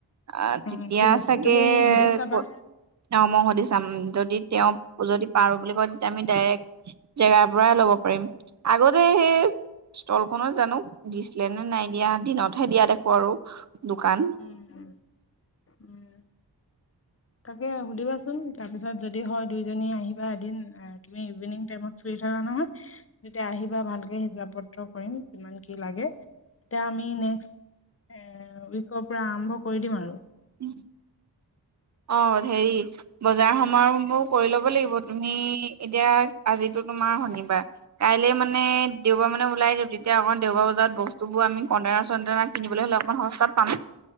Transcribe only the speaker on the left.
অ', ঠিক আছে
তুমি সুধি চাবা।
উম, উম, তাকে সুধিবাচোন তাৰপিছত যদি হয় দুইজনী আহিবা এদিন তুমি ইভিনিং টাইমত ফ্ৰী থকা নহয়, তেতিয়া আহিবা ভালকে হিচাপ পত্ৰ কৰিম, কিমান কি লাগে, তেতিয়া আমি নেক্সট এ উইকৰ পৰা আৰম্ভ কৰি দিম আৰু।